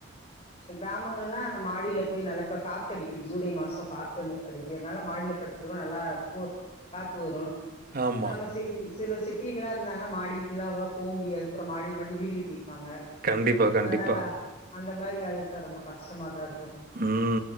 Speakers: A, on the left; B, on the right.
A: கிராமங்கள்லா நம் மாடியில போய் நல்ல போ காத்த அடிக்கும் ஜூலை மாசம் காத் வந்து அடிக்கிறதுனால மாடியில படுத்துருவன் நல்லா கூல் காத்து வரும்
B: ஆமா.
A: இப்ப நம்ம ச சில சிட்டில இருந்தாங்கன்னா மாடி ல்லாம் போக முடியாது அப்றோ மாடி மாடி வீடு கட்டிருப்பாங்க
B: கண்டிப்பா, கண்டிப்பா.
A: அதனால அந்த மாரி அதுவிட்ட ரொம்ப கஷ்டமாதா இருக்கும்
B: ம்